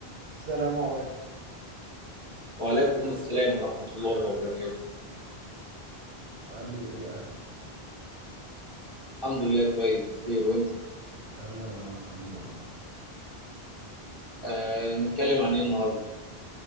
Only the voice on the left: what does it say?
وعليكم السلام ورحمة الله وبركاته
الحمد لله كويس بخير وانت
آه نتكلم عن ايه النهاردة